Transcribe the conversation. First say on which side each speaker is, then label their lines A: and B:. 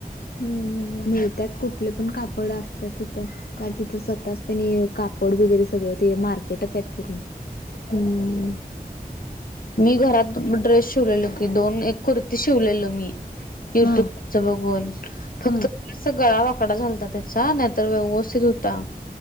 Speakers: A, on the left (about 65°); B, on the left (about 85°).
A: हम्म
B: मिळतात. कुठले पण कापड असत तर तिथ काय तिथ स्वतः तेनी कापड वगैरे सगळ ते मार्केटच आहे पूर्ण.
A: हम मी घरात ड्रेस शिवलेलो की दोन एक कुर्ती शिवलेलो मी. युट्यूब
B: हा
A: त्या बघून फक्त
B: हा
A: गळा वाकडा झालता त्याचा नाही तर व्यवस्थित होता.